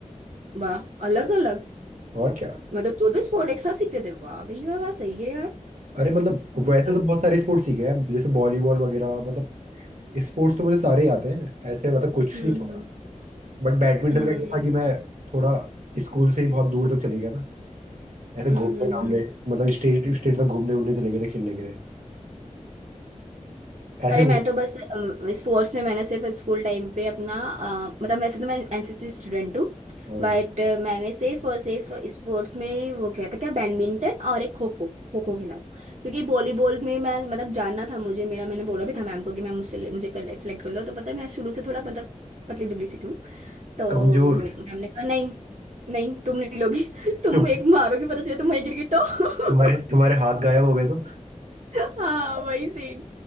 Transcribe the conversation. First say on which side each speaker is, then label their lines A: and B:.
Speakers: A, on the right; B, on the right.
A: वाह अलग अलग
B: और क्या
A: मतलब दो दो स्पोर्ट एक साथ सीखते थे वाह भैया वाह सही है यार
B: अरे मतलब
A: मतलब
B: वैसे तो बहुत सारे स्पोर्ट्स सीखे हैं जैसे वॉलीबॉल वगैरह मतलब स्पोर्ट्स तो मुझे सारे ही आते हैं ऐसे मतलब कुछ
A: हम्म
B: नहीं छोड़ा बट बैडमिंटन
A: हम्म
B: में ये था कि मैं थोड़ा स्कूल से ही बहुत दूर तक चले गया था ऐसे
A: हम्म
B: घूमने
A: हम्म,
B: घामने
A: हम्म।
B: मतलब स्टेट स्टेट तक घूमने उड़ने चले गए थे खेलने के लिए ऐसे
A: अरे
B: हो
A: मैं तो बस स्पोर्ट्स में मैंने सिर्फ स्कूल टाइम पे अपना अ, मतलब वैसे तो मैं एनसीसी स्टूडेंट हूँ
B: हाँ,
A: बट मैंने सिर्फ और सिर्फ स्पोर्ट्स में वो खेला था क्या बैडमिंटन और एक खो खो खो खो खेला था क्योंकि वॉलीबॉल में मैं मतलब जानना था मुझे मेरा मैंने बोला भी था मैम को कि मैम मुझसे मुझे कर सेलेक्ट कर लो तो पता है मैं शुरू से थोड़ा मतलब पतली दुबली सी थी हूँ तो
B: कमजोर
A: मैम ने कहा नहीं नहीं तुम नहीं लोगी <laughs> तुम
B: तुम-
A: एक मारोगी पता चले तुम वहीं गिर गई तो
B: तुम्हारे
A: <laughs>
B: तुम्हारे हाथ गायब हो गए तो
A: हाँ
B: <laughs>
A: वही सीन